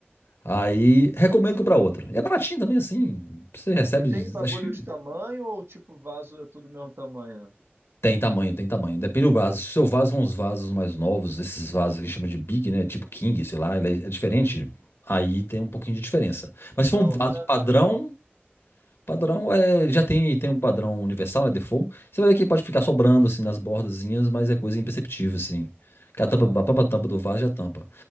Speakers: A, on the left; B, on the right.
A: Aí recomendo comprar outra. E é baratinho também, assim. Você recebe,
B: E tem bagulho
A: acho que
B: de tamanho ou tipo vaso é tudo mesmo tamanho?
A: tem tamanho, tem tamanho. Depende do vaso. Se o seu vaso são uns vasos mais novos, esses vasos que chama de Big, né? Tipo King, sei lá, ele é é diferente. Aí tem um pouquinho de diferença. Mas se for
B: Não,
A: um vaso
B: o meu não é
A: padrão,
B: grande, não.
A: Padrão é, já tem, tem um padrão universal, né, default. Você vai ver que pode ficar sobrando assim nas bordazinhas, mas é coisa imperceptível assim. Que
B: Ah,
A: a tampa, a própria tampa do vaso já tampa.